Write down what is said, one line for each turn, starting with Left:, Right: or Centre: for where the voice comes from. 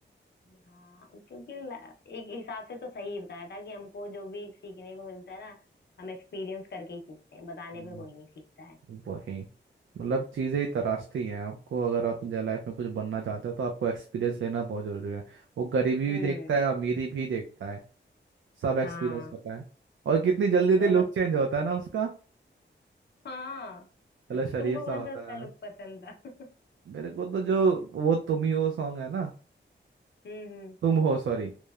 Left: हाँ क्योंकि ला- एक हिसाब से तो सही बताया था कि हमको जो भी सीखने को मिलता है ना हम एक्सपीरियंस करके ही सीखते हैं बताने
Right: हम्म,
Left: पे कोई नहीं सीखता है
Right: वही मतलब चीज़ें ही तराशती हैं आपको अगर आप लाइफ में कुछ बनना चाहते हो तो आपको एक्सपीरियंस लेना बहुत ज़रूरी है वो गरीबी
Left: हम्म
Right: भी देखता है अमीरी भी देखता है सब एक्सपीरियंस
Left: हाँ
Right: होता है और कितनी जल्दी
Left: उसमें
Right: जल्दी लुक
Left: सब
Right: चेंज होता है ना उसका
Left: हाँ
Right: चलो
Left: तुमको
Right: शरीफ सा
Left: कौन
Right: होता
Left: सा उसका लुक
Right: है
Left: पसंद था <laughs>
Right: मेरे को तो जो वो तुम ही हो सॉन्ग है ना
Left: हम्म हम्म,
Right: तुम हो सॉरी